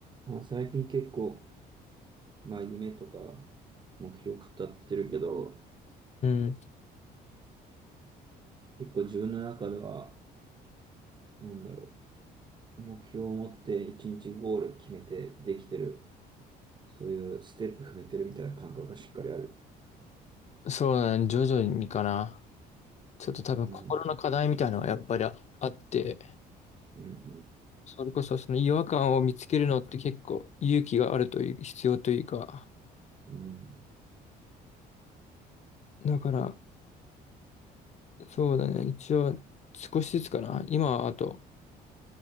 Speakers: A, on the right; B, on the left.
A: まあ、最近結構、まあ、夢とか目標語ってるけど、
B: うん、
A: 結構自分の中では、なんだろう、目標を持って一日ゴール決めてできてる、そういうステップ踏めてるみたいな感覚がしっかりある。
B: そうだね。徐々にかな。ちょっと多分心の課題みたいなのがやっぱりあ、
A: うん、
B: あって、
A: うん、
B: それこそその違和感を見つけるのって結構勇気があるという、必要というか。
A: うん、うん、
B: だから、そうだね。一応少しずつかな。今はあと、